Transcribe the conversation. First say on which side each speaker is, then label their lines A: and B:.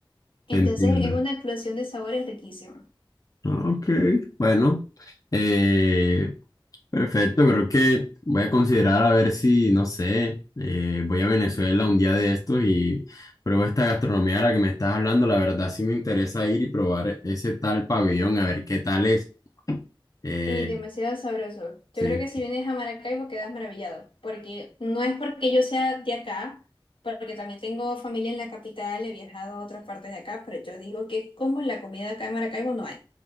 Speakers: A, on the left; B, on the left.
A: Entonces,
B: entiendo.
A: es una explosión de sabores riquísima.
B: Ah, Ok, bueno. eh, Perfecto, creo que voy a considerar a ver si, no sé, eh, voy a Venezuela un día de estos y pruebo esta gastronomía de la que me estás hablando. La verdad sí me interesa ir y probar ese tal pabellón, a ver qué tal es. Eh,
A: Y demasiado sabroso.
B: sí.
A: Yo creo que si vienes a Maracaibo quedas maravillado, porque no es porque yo sea de acá, porque también tengo familia en la capital, he viajado a otras partes de acá, pero yo digo que como la comida acá en Maracaibo no hay.